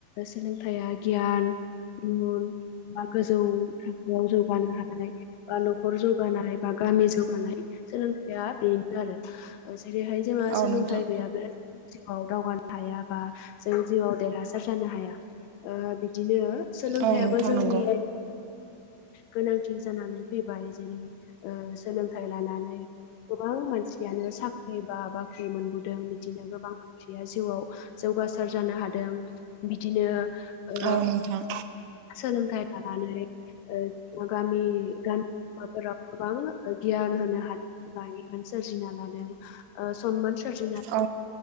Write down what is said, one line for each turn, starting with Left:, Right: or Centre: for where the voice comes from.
Left: सोलोंथाइया गियान मुन बा गोजौ थाखोआव जौगानो हानाय बा न'खर जौगानाय बा गामि जौगानाय सोलोंथाइआ बेनो आरो जेरैहाय जोंहा
Right: औ
Left: सोलोंथाइ
Right: नोंथां
Left: गैयाब्ला जिउआव दावगानो हाया बा जों जिउआव देरहासार जानो हाया ओ बि दिनो सोलोंथाइयाबो
Right: औ नोंथां
Left: जोंनि
Right: नंगौ
Left: गोनांथि जानानै फैबाय जेरै ओ सोलोंथाइ लानानै गोबां मानसियानो साख्रि बा बाख्रि मोनबोदों बिदिनो गोबां मानसिया जिउआव जौ जौगासार जानो हादों बिदिनो ओ
Right: आनोथा।
Left: सोलोंथाइ लानानै ओ गामि गामि बाफोराव गोबां गियान होनो हादों बा इउन सोरजिना लादों ओ सनमान सोरजिना
Right: औ